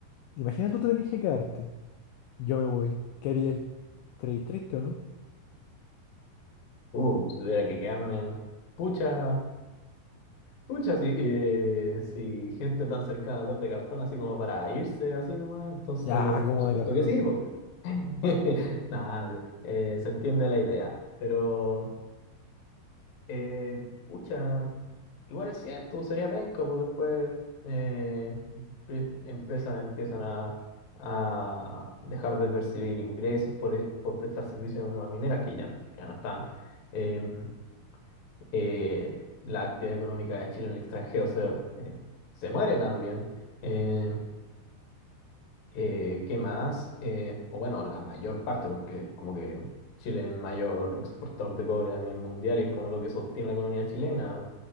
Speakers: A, on the left (about 85°); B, on the left (about 65°).
A: Imagina tú te tenés que quedarte. Yo me voy. ¿Qué harías? ¿Triste, triste o no?
B: Uh, si tuviera que quedarme. Pucha, pucha, si, eh, si gente tan cercana a dar de cartón así como para irse así nomás, entonces,
A: Ya, como
B: por supuesto
A: de cartón.
B: que sí, po. <laughs> Nada, eh, se entiende la idea. Pero Eh, pucha, igual es cierto, sería penca, pues después eh, empre- empresas empiezan a, a dejar de percibir ingresos por, e- por prestar servicios a mineras que ya, ya no están. Em, eh, la actividad económica de Chile en el extranjero se, eh, se muere también. Em, eh, ¿qué más? Eh, o bueno, la mayor parte, porque como que Chile es el mayor exportador de cobre a nivel mundial y es como lo que sostiene la economía chilena.